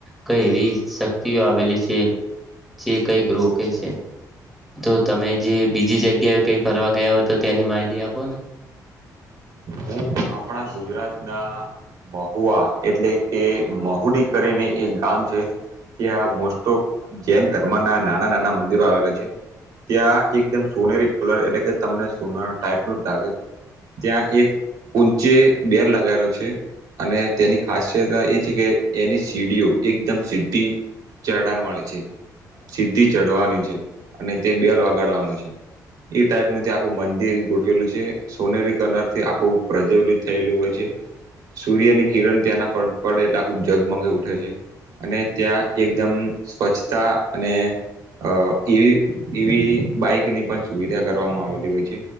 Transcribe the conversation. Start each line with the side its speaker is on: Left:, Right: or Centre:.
Centre: કઈ એવી આવેલી છે જે કઈક રોકે છે તો તમે જે બીજી જગ્યાએ કઈ ફરવા ગયા હોય તો ત્યાની માહિતી આપો ને
Right: હું આપણા ગુજરાત ના મહુઆ એટલે કે મહુડી કરીને એક ગામ છે ત્યાં તો જૈન ધર્મ ના નાના નાના મંદિરો આવેલા છે ત્યાં એકદમ સોનેરી કલર એટલે કે તમને સોના ટાઈપ નું જ લાગે ત્યાં એક ઊંચે બે લગાવો છે અને તેની ખાસિયતા એ છે કે એની સીડીઓ એકદમ સીઢી ચેડાન વાળી છે સીધી ચઢવાની છે અને તે બેલ વગાડવાનું છે ટાઈપ નું ત્યાં આખું મંદિર ગોઠવેલું છે સોનેરી કલર થી આખું ખૂબ પ્રજ્વલિત થયેલું હોય છે સૂર્ય ની કિરણ ત્યાંના પડે એટલે આખું જગ મગ ઉઠે છે અને ત્યાં એકદમ સ્વચ્છતા અને અ એવી એવી બાઈકની પણ સુવિધા કરવામાં આવેલી હોયે છે